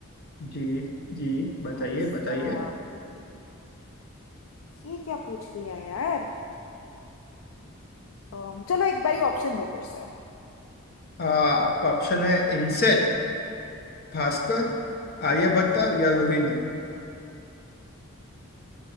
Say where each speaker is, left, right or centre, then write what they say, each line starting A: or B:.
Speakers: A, on the left; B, on the left.
A: जी जी बताइए
B: भाई साहब
A: बताइए
B: ये क्या पूछ लिया यार अम, चलो एक बारी ऑप्शन दो फिर से
A: आ, आपका ऑप्शन है इनसेट भास्कर आर्यभट्टा या रोहिणी